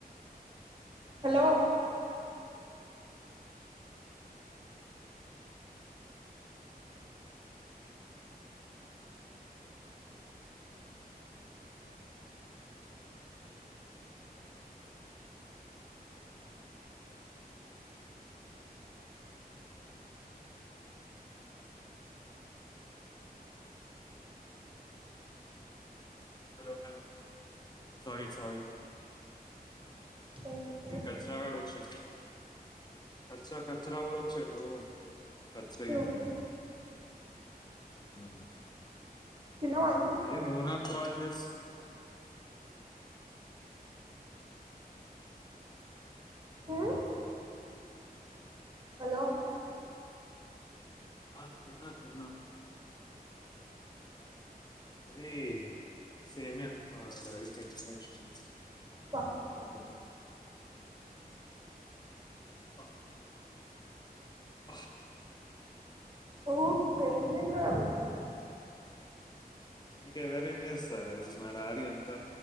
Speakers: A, on the right; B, on the left.
A: hello
B: hello hello sorry sorry
A: okay
B: మీ కచ్చరాగాడు వచ్చిండు. కచ్చరా కచ్చరా పోవచ్చు నువ్వు కచ్చరా ఈయనకి
A: ఓకే
B: పోయిన <unintelligible>
A: తిన్నావా నువ్వు
B: అదే నవ్వు నాకు కాల్ జెస్
A: హు హలో
B: ఆ తిన్న తిన్న ఇది సేమియా ఆ డాడి సేమియా చేసిండు.
A: అబ్బా
B: వద్దమ్మా అబ్బా అబ్బా! <unintelligible>
A: ఊ ఏం తింటారు అవి
B: ఇంకా ఎవరేం చేస్తారే మా డాడి అంత